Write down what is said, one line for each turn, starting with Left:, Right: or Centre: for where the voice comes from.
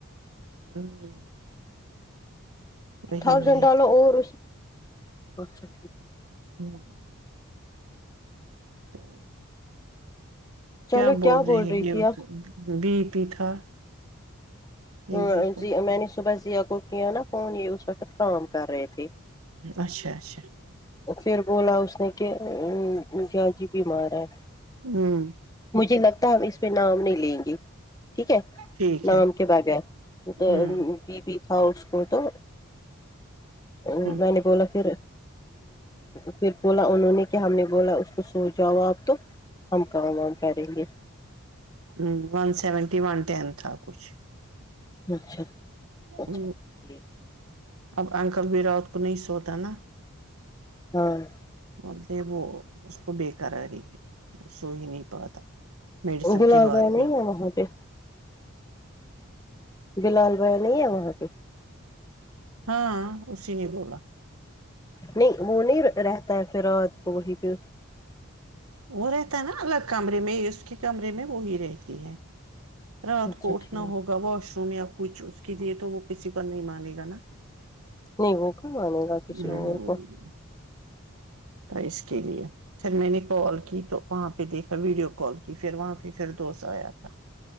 Right: <inaudible> وہی
Left: تھازینڈ
Right: وہی
Left: والو اور اسچا
Right: <inaudible> تو
Left: چلو
Right: کیا بول رہے ہیں
Left: رہی تھی
Right: یہ
Left: آپ
Right: بی پی تھا
Left: ہاں
Right: ایزی کو
Left: میں نے صبح ذیا کو کیا نا فون یہ اس وقت کام کر رہے تھے
Right: اچھا اچھا
Left: پھر بولا اس نے کہ گیا جی بیمار ہے
Right: ہوں
Left: مجھے لگتا ہے ہم اس پہ نام نہیں لیں گے ٹھیک ہے
Right: ٹھیک
Left: نام
Right: ہے
Left: کے بغیر تو
Right: ہوں
Left: بی بی تھا اس کو تو ا
Right: ہ
Left: میں نے بولا پھر پھر بولا انہوں نے کہ ہم نے بولا اس کو سوچ جاؤ آپ تو ہم کہم ہم کریں گے
Right: ہ ون سیونٹی ون ٹین تھا کچھ
Left: اچھا اچھا
Right: ہ
Left: ٹھیک
Right: اب انکل بھی راوت کو نہیں سوتا نا
Left: ہاں
Right: بولتے وہ اس کو بے کرراری ہے سو ہی نہیں پاتا میڈیسن
Left: بلال
Right: کے بعد
Left: بھیا
Right: بھی
Left: نہیں ہے وہاں پہ بلال بیا نہیں ہے وہاں پہ
Right: ہاں اسی نہیں بولا
Left: نہیں وہ نہیں رہتا ہے پھر کو وہیں پہ
Right: وہ رہتا ہے نا الگ کمرے میں اس کے کمرے میں وہی رہتی رات
Left: اچھا
Right: کو اٹھنا
Left: ٹھیک
Right: ہوگا وشنیا کچھ اس کے لیے تو وہ کسی پر نہیں مانے گا نا
Left: نہیں وہ کہاں آنے گا کسی
Right: ہوں
Left: اور کو
Right: تو اس کے لیے پھر میں نے کال کی تو وہاں پہ دیکھا ویڈیو کال کی پھر وہاں پہ پھر دوست آیا تھا